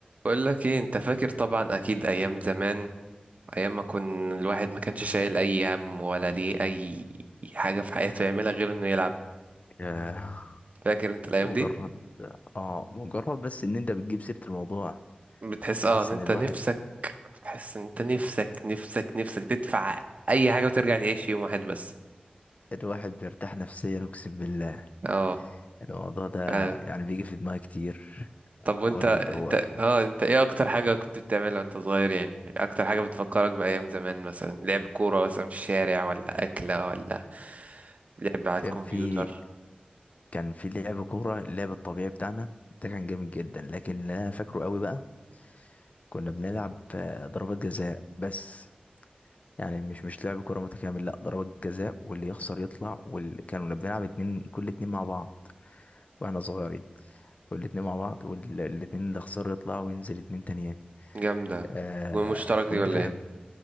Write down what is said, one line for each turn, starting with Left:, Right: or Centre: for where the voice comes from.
Right: بقول لك ايه انت فاكر طبعا اكيد ايام زمان ايام ما كان الواحد ما كانش شايل اي هم ولا ليه اي حاجه في حياته يعملها غير انه يلعب
Left: ياه.
Right: فاكر انت الايام
Left: مجرد
Right: دي
Left: اه مجرد بس ان انت بتجيب سيرة الموضوع
Right: بتحس اه
Left: احس
Right: ان انت
Left: ان الواحد
Right: نفسك بتحس ان انت نفسك نفسك نفسك تدفع اي حاجه وترجع تعيش يوم واحد بس
Left: الواحد بيرتاح نفسيا اقسم بالله
Right: اه
Left: الموضوع ده
Right: آه.
Left: يعني بيجي في دماغي كتير
Right: طب وانت
Left: اقول
Right: انت
Left: اللي هو
Right: اه انت ايه اكتر حاجه كنت بتعملها وانت صغير يعني اكتر حاجه بتفكرك بايام زمان مثلا لعب كوره مثلا في الشارع ولا اكله ولا لعب على الكمبيوتر
Left: كان في كان في لعب كورة اللعب الطبيعي بتاعنا ده كان جامد جدا لكن اللي انا فاكره قوي بقى كنا بنلعب آه، ضربات جزاء بس يعني مش مش لعب كورة متكامل لا ضربات جزاء واللي يخسر يطلع واللي كانوا بنلعب اتنين كل اتنين مع بعض واحنا صغيرين والاتنين مع بعض والاتنين اللي خسروا يطلعوا وينزل اتنين تانيين
Right: جامدة
Left: آه
Right: والمشترك
Left: فكنت
Right: دي ولا
Left: بحب
Right: ايه